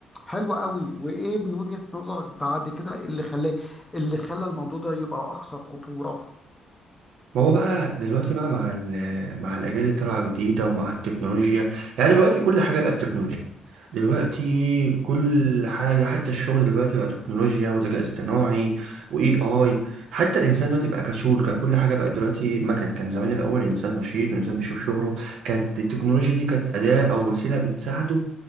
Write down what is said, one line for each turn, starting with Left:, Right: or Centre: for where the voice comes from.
Left: حلو قوي وايه من وجهه نظرك بعد كده اللي خلاه اللي خلى الموضوع ده يبقى اكثر خطوره
Right: ما هو بقى دلوقتي بقى مع ال- مع الأجيال اللي طالعة جديدة ومع التكنولوجيا يعني دلوقتي كل حاجة بقت تكنولوجيا دلوقتي كل
Left: مم.
Right: حاجة حتى الشغل دلوقتي بقى تكنولوجيا وذكاء اصطناعي وإي آي حتى الإنسان دلوقتي بقى كسول كان كل حاجة بقت دلوقتي ما كان كان زمان الأول الإنسان نشيط والإنسان بيشوف شغله كانت التكنولوجيا دي كانت أداة أو وسيلة بتساعده